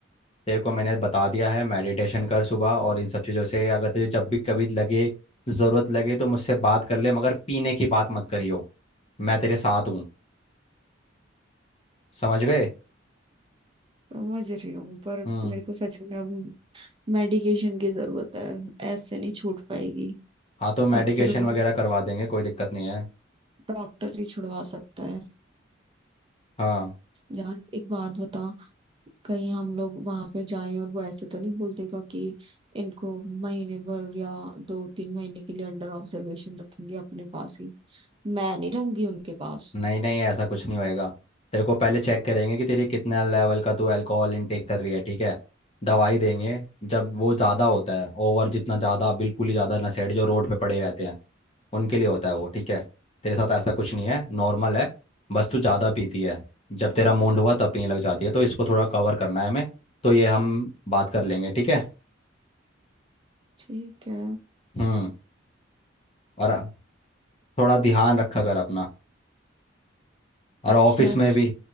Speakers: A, on the left; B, on the right.
A: तेरे को मैंने बता दिया है मेडिटेशन कर सुबह और इन सब चीज़ों से अगर तुझे जब भी कभी लगे ज़रूरत लगे तो मुझसे बात कर ले मगर पीने की बात मत करियो मैं तेरे साथ हूँ समझ गए
B: समझ रही हूँ पर
A: हम्म
B: मेरे को सच में अब मेडिकेशन की जरूरत है ऐसे नहीं छूट पाएगी
A: हाँ तो मेडिकेशन
B: अब सिर्फ
A: वगैरह करवा देंगे कोई दिक्कत नहीं है
B: डॉक्टर ही छुड़वा सकता है
A: हाँ
B: यार एक बात बता कहीं हम लोग वहां पे जाएं और वो ऐसे तो नहीं बोल देगा कि इनको महीने भर या दो तीन महीने के लिए अंडर ऑब्जर्वेशन रखेंगे अपने पास ही मैं नहीं रहूंगी उनके पास
A: नहीं नहीं ऐसा कुछ नहीं होएगा तेरे को पहले चेक करेंगे कि तेरी कितना लेवल का तू अल्कोहल इनटेक कर रही है ठीक है दवाई देंगे जब वो ज़्यादा होता है ओवर जितना ज़्यादा बिल्कुल ही ज़्यादा नशेड़ी जो रोड पे पड़े रहते हैं उनके लिए होता है वो ठीक है तेरे साथ ऐसा कुछ नहीं है नॉर्मल है बस तू ज़्यादा पीती है जब तेरा मूड हुआ तब पीने लग जाती है तो इसको थोड़ा कवर करना है हमें तो ये हम बात कर लेंगे ठीक है
B: ठीक है
A: हम्म और थोड़ा ध्यान रखा कर अपना और
B: अच्छा
A: ऑफिस में
B: ठीक
A: भी